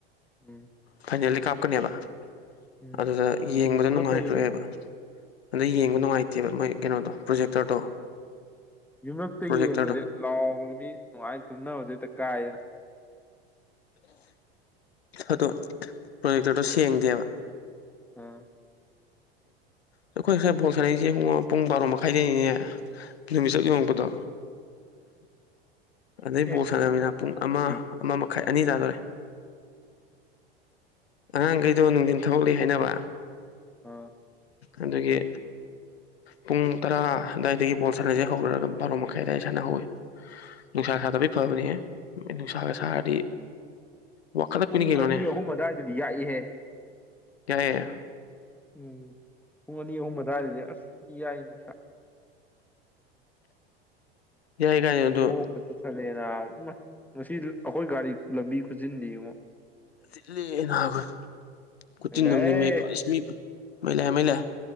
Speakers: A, in the centre; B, on the left (about 80°).
A: ꯎꯝ
B: ꯐꯥꯏꯅꯦꯜꯗꯤ ꯀꯥꯞꯀꯅꯦꯕ
A: ꯎꯝ
B: ꯑꯗꯨꯗ
A: ꯑꯗꯨꯗꯤ
B: ꯌꯦꯡꯕꯗꯥ
A: ꯄꯨꯅ
B: ꯅꯨꯡꯉꯥꯏꯔꯣꯏꯕ
A: ꯐꯩꯃꯤ
B: ꯑꯗꯥ ꯌꯦꯡꯕ ꯅꯨꯡꯉꯥꯏꯇꯦꯕ ꯃꯥꯏ ꯀꯩꯅꯣꯗꯣ ꯄ꯭ꯔꯣꯖꯦꯛꯇꯔꯗꯣ
A: ꯌꯨꯝꯂꯛꯇ
B: ꯄ꯭ꯔꯣꯖꯦꯛꯇꯔꯗꯣ
A: ꯌꯦꯡꯕꯁꯦ ꯂꯥꯎꯕꯗ ꯃꯤ ꯅꯨꯡꯉꯥꯏꯅ ꯇꯨꯝꯅꯕꯗ ꯍꯦꯛꯇ ꯀꯥꯏꯑꯦꯅ
B: ꯑꯗꯣ ꯄ꯭ꯔꯣꯖꯦꯛꯇꯔꯗꯣ ꯁꯦꯡꯗꯦꯕ
A: ꯑꯥ
B: ꯑꯩꯈꯣꯏ ꯁꯥꯏ ꯕꯣꯜ ꯁꯥꯟꯅꯩꯁꯦ ꯏꯕꯨꯡꯉꯣ ꯄꯨꯡ ꯕꯥꯔꯣ ꯃꯈꯥꯏꯗꯩꯅꯤꯅꯦ ꯅꯨꯃꯤꯠ ꯆꯞ ꯌꯨꯡꯉꯛꯄꯗꯣ ꯑꯗꯩ
A: ꯑꯦ
B: ꯕꯣꯜ ꯁꯥꯟꯅꯃꯤꯅ ꯄꯨꯡ ꯑꯃ
A: ꯑꯩ
B: ꯑꯃ ꯃꯈꯥꯏ ꯑꯅꯤ ꯇꯥꯗꯣꯔꯦ ꯑꯉꯥꯡꯒꯩꯗꯣ ꯅꯨꯡꯗꯤꯟ ꯊꯕꯛ ꯂꯩ ꯍꯥꯏꯅꯕ
A: ꯑꯥ
B: ꯑꯗꯨꯒꯤ ꯄꯨꯡ ꯇꯔꯥ ꯑꯗꯥꯏꯗꯒꯤ ꯕꯣꯜ ꯁꯥꯟꯅꯁꯦ ꯍꯧꯔꯒ ꯕꯥꯔꯣ ꯃꯈꯥꯏ ꯑꯗꯥꯏ ꯁꯥꯟꯅ ꯍꯧꯋꯦ ꯅꯨꯡꯁꯥ ꯁꯥꯗꯕꯒꯤ ꯐꯕꯅꯦꯍꯦ ꯅꯣꯏ ꯅꯨꯡꯁꯥꯒ ꯁꯥꯔꯗꯤ ꯋꯥꯈꯠꯂꯛꯄꯅꯤ
A: ꯄꯨꯡ
B: ꯀꯩꯅꯣꯅꯦ
A: ꯑꯅꯤ ꯑꯍꯨꯝ ꯑꯗꯥꯏꯗꯗꯤ ꯌꯥꯛꯏꯍꯦ
B: ꯌꯥꯏꯌꯦ
A: ꯎꯝ ꯄꯨꯡ ꯑꯅꯤ ꯑꯍꯨꯝ ꯑꯗꯨꯗꯥꯏꯗꯗꯤ ꯑꯁ ꯌꯥꯛꯏ ꯅꯨꯡꯁꯥ
B: ꯌꯥꯏ ꯀꯥꯏꯅ ꯑꯗꯣ
A: ꯅꯣꯛꯄꯁꯨ ꯐꯖꯩ ‌ꯅꯕꯥ ꯏꯃꯥꯏ ꯉꯁꯤ ꯑꯩꯈꯣꯏ ꯒꯥꯔꯤ ꯂꯝꯕꯤ ꯈꯨꯆꯤꯟꯗꯤꯉꯣ
B: ꯆꯤꯟꯂꯤꯌꯦ ꯅꯕꯥ ꯈꯨꯆꯤꯟꯑꯝꯅꯦ
A: ꯃꯩꯂꯩ
B: ꯃꯦ ꯐꯥꯁ ꯁꯂꯤꯞ ꯃꯩ ꯂꯥꯛꯑꯦ ꯃꯩ ꯂꯥꯛꯑꯦ